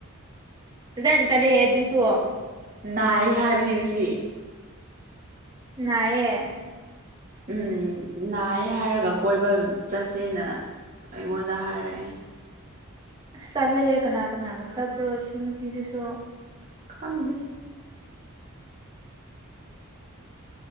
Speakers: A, on the right; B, on the right.
A: ꯖꯅ ꯆꯂꯦꯦ ꯑꯗꯨꯁꯨ
B: ꯅꯥꯏ ꯍꯥꯏꯕ ꯌꯦꯉꯁꯤ
A: ꯌꯦ
B: ꯎꯝ ꯅꯥꯏ ꯍꯥꯏꯔꯒ ꯀꯣꯏꯕ ꯆꯠꯁꯦꯅ ꯑꯩꯉꯣꯟꯗ ꯍꯥꯏꯔꯛꯑꯦ
A: ꯑꯁ ꯆꯠꯂꯦꯍꯦ ꯀꯅꯥ ꯀꯅꯥꯒ ꯆꯠꯄ꯭ꯔꯣ ꯁꯤ ꯅꯨꯄꯤꯗꯨꯁꯨ
B: ꯈꯪꯗꯦ